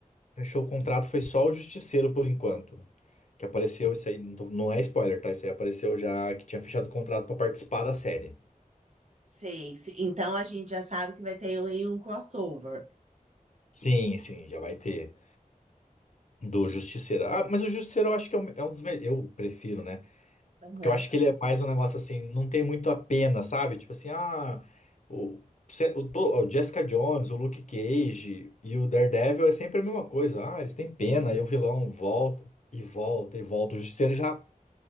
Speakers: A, on the left; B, on the right.
A: Fechou o contrato, foi só o Justiceiro por enquanto. Que apareceu, isso aí não, tô- não é spoiler, tá? Isso aí apareceu já que tinha fechado o contrato pra participar da série.
B: Sei. se- Então a gente já sabe que vai ter aí um crossover.
A: Sim, sim, já vai ter. Do Justiceiro. Ah, mas o Justiceiro eu acho que é um, é um dos melhores. Eu prefiro, né?
B: Aham.
A: Porque eu acho que ele é mais um negócio assim, não tem muito a pena, sabe? Tipo assim, ah. O, se- o, to- o Jessica Jones, o Luke Cage e o Daredevil é sempre a mesma coisa. Ah, eles têm pena, aí o vilão volta e volta e volta. O Justiceiro já